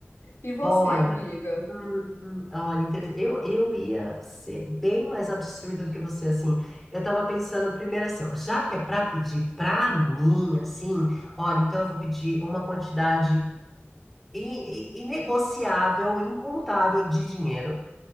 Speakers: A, on the left; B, in the centre.
A: E você,
B: Olha,
A: amiga?
B: hum, olha, inter- eu, eu ia ser bem mais absurda do que você, assim. Eu tava pensando primeiro assim, ó, já que é pra pedir pra mim, assim, olha, então eu vou pedir uma quantidade i- i- inegociável, incontável de dinheiro.